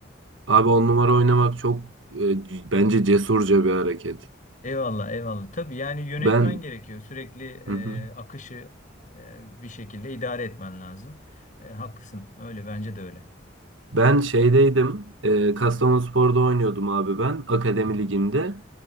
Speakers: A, on the right; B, on the left.
A: Abi on numara oynamak çok e, c- bence cesurca bir hareket.
B: Eyvallah, eyvallah. Tabii yani yönetmen
A: Ben
B: gerekiyor. Sürekli
A: <laughs>
B: e, akışı e, bir şekilde idare etmen lazım. E, haklısın. Öyle bence de öyle.
A: Ben şeydeydim. E, Kastamonuspor'da oynuyordum abi ben. Akademi liginde.